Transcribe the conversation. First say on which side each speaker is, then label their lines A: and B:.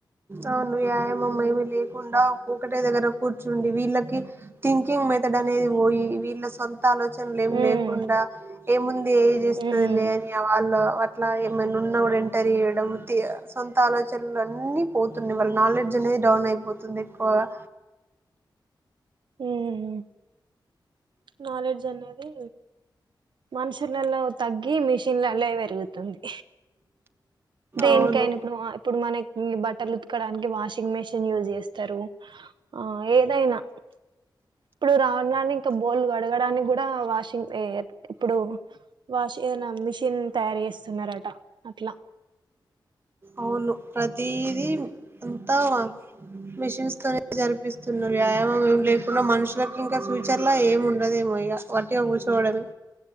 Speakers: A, on the right (about 30°); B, on the right (about 75°).
A: అవును వ్యాయామం ఏమి లేకుండా ఒకటే దగ్గర కూర్చుండి వీళ్ళకి థింకింగ్ మెదడు అనేది పోయి వీళ్ళ సొం ఆలోచనలు ఏం
B: ఉమ్
A: లేకుండా ఏముంది ఎఐ చేస్తది
B: ఉమ్
A: లే అని వాళ్ళ అట్లా ఏమైనా ఉన్న కూడా ఎంటర్ చేయడం సొంత ఆలోచనలు అన్ని పోతున్నాయి వాళ్ళ నాలెడ్జ్ అనేది డౌన్ అయిపోతుంది ఎక్కువగా అ
B: ఉహు నాలెడ్జ్ అనేది మనుషులల్ల వ తగ్గి మిషన్ లలే పెరుగుతుంది దేనికైనా
A: అవును
B: ఇప్పుడు ఇప్పుడు మన ఇ బట్టలు ఉతుకడానికి వాషింగ్ మెషిన్ యూజ్ చేస్తారు ఆ ఏదైనా ఇప్పుడు రాను రాను ఇంకా బోల్ కడగడానికి కూడా వాషింగ్ ఏయదు ఇప్పుడు వాష్ ఏదన మిషిన్ తయారు చేస్తున్నార అట్లా
A: అవును ప్రతిది అంతా మిషిన్స్ తోనే జరిపిస్తున్నా వ్యాయామం ఏం లేకుండా మనుషులకు ఇంకా ఫ్యూచర్ ల ఏం ఉండదేమో ఇగ అట్టిగా కూచొడమే